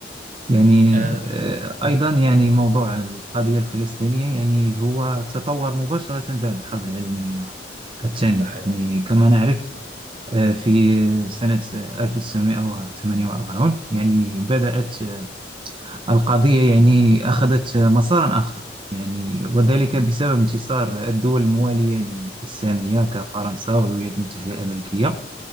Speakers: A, on the right; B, on the right.
A: يعني
B: آه
A: آه، أيضا يعني موضوع القضية الفلسطينية يعني هو تطور مباشرة بعد الحرب العالمية الثانية
B: ده حقيقي
A: يعني كما نعرف آه، في سنة 1948 يعني بدأت آه، القضية يعني أخذت آه، مسارا آخر يعني وذلك بسبب انتصار الدول الموالية للسامية كفرنسا والولايات المتحدة الأمريكية